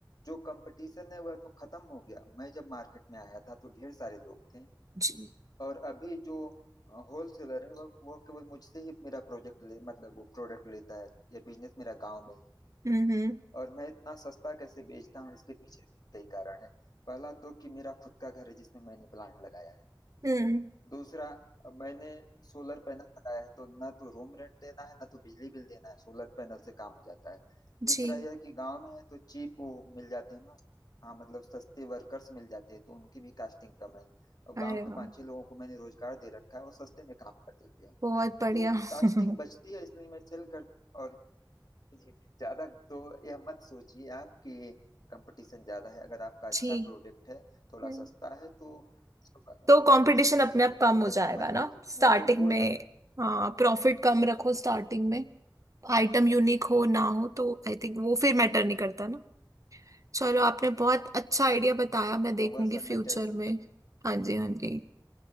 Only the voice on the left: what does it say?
जो कंपटीशन है वह तो खत्म हो गया मैं जब मार्केट में आया था तो ढेर सारे लोग थे
और अभी जो होलसेलर है वह वह केवल मुझसे ही मेरा प्रोजेक्ट ले मतलब वो प्रोडक्ट लेता है या बिजनेस मेरा गांव में
और मैं इतना सस्ता कैसे बेचता हूँ इसके पीछे कई कारण है पहला तो कि मेरा खुद का घर है जिसमें मैंने प्लांट लगाया है
दूसरा अब मैंने सोलर पैनल लगाया है तो न तो रूम रेंट देना है न तो बिजली बिल देना है सोलर पैनल से काम हो जाता है
तीसरा यह कि गांव में है तो चीप वो मिल जाते हैं हाँ मतलब सस्ते वर्कर्स मिल जाते हैं तो उनकी भी कास्टिंग कम है और
गांव के
पांच छह लोगों को मैंने रोजगार दे रखा है वो सस्ते में काम कर देते हैं
तो
कास्टिंग बचती है इसलिए मैं सेल कर और जी ज्यादा तो यह मत सोचिए आप कि कंपटीशन ज्यादा है अगर आपका अच्छा
प्रोडक्ट है थोड़ा
सस्ता है तो स्वभा-
स्वाभाविक
सी
चीज है
कि
जो
कस्टमर
है
वो ढू-
वह तो ढूंढ
रहा
है जी
जी
जी,
हम्म
हम्म
हाँ
वह सब
मैटर नहीं
कर